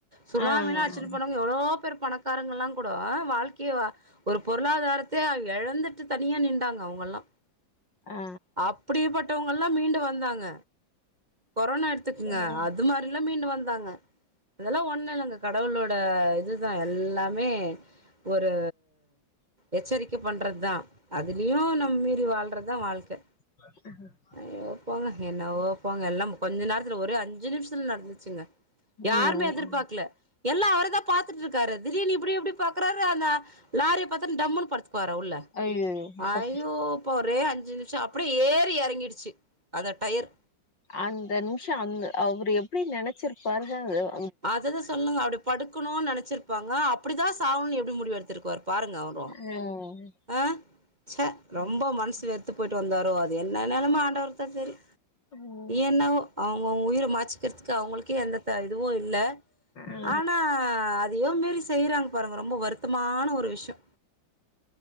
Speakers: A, on the right; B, on the left.
A: சுனாமியில
B: ஆ
A: அடிச்சுனு போன எவ்ளோ பேர் பணக்காரங்கள்ல்லா கூட வாழ்க்கைய ஒரு பொருளாதாரத்தே இழந்துட்டு தனியே நிண்டாங்க அவங்கல்லா
B: ஆ.
A: அப்டிப்பட்டவங்கல்லா மீண்டு வந்தாங்க கொரோனா எடுத்துக்குங்க
B: எது?
A: அது மாரி எல்லா மீண்டு வந்தாங்க அதெல்லா ஒன்ன இல்லங்க கடவுளோட இதுதா எல்லாமே ஒரு எச்சரிக்கை பண்றது தா அதுலயு நம்ம மீறி வாழ்றதா வாழ்க்கை
B: ம்ஹூ
A: ஐயோ போங்க என்னவோ போங்க எல்லாம் கொஞ்ச நேரத்துல ஒரே அஞ்சு நிம்ஷ்த்துல் நட்ந்துச்சுங்க
B: ம்
A: யார்மே எதுர்பாக்ல எல்லா அவுரதா பாத்துட்ருக்காரு திடீனு இப்புடி எப்புடி பாக்குறாரு அந்த லாரிய பாத்தன டம்முனு பட்த் பார உள்ள
B: அய்யய்யோ அப்பா
A: ஐயோப்பா ரே அஞ்சு நிம்ஷ அப்புடே ஏறி எறக் ஷி அந்த டயர்
B: அந்த நிம்ஷ அந் அவ்ரு எப்டி நெனச்சிருப்பாருக வெவ்
A: அததா சொல்லுங்க அப்டி படுக்குணு நெனச்சிருப்பாங்க அப்புடிதா சாவுனுன் எப்டி முடிவு எட்த்திருப்பாரு பாருங்க அவுர்
B: அ
A: அ ச்ச ரொம்ப மன்சு வெற்த்து போயிட்டு வந்தாறோ அது என்ன நெலம ஆண்டவருக்குதா தெரி
B: ம்
A: என்னவோ அவுங்கவுங் உயிர மாச்சிக்கற்துக்கு அவுங்களுக்கே எந்த த இதுவு இல்ல
B: ஆ
A: ஆனா அதுயோ மேரி செய்றாங் பாருங்க ரொம்ப வருத்தமான ஒரு விஷ்யோ